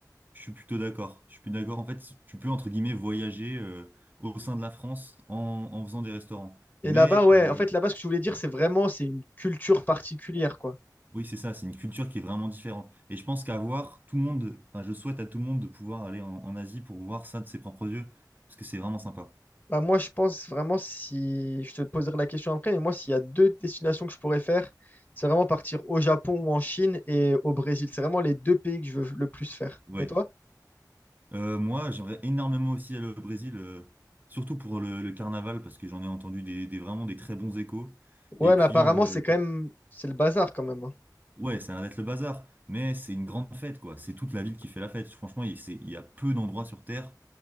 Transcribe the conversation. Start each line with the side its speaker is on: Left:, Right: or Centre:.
Right: Je suis plutôt d'accord. Je suis plus d'accord. En fait, tu peux, entre guillemets, voyager euh, au sein de la France en, en faisant des restaurants.
Left: Et
Right: Mais
Left: là-bas, ouais,
Right: euh,
Left: en fait, là-bas, ce que je voulais dire, c'est vraiment, c'est une culture particulière, quoi.
Right: oui, c'est ça, c'est une culture qui est vraiment différente. Et je pense qu'à voir tout le monde, enfin, je souhaite à tout le monde de pouvoir aller en, en Asie pour voir ça de ses propres yeux, parce que c'est vraiment sympa.
Left: Bah, moi, je pense vraiment, si je te poserai la question après, mais moi, s'il y a deux destinations que je pourrais faire, c'est vraiment partir au Japon ou en Chine et au Brésil. C'est vraiment les deux pays que je veux le plus faire.
Right: Ouais.
Left: Et toi?
Right: Euh, moi, j'aimerais énormément aussi aller au Brésil, euh, surtout pour le, le carnaval, parce que j'en ai entendu des, des- vraiment des très bons échos.
Left: Ouais,
Right: Et
Left: mais
Right: puis,
Left: apparemment,
Right: euh,
Left: c'est quand même, c'est le bazar quand même. hein.
Right: Ouais, ça arrête le bazar, mais c'est une grande fête, quoi. C'est toute la ville qui fait la fête. Franchement, il c'est- il y a peu d'endroits sur Terre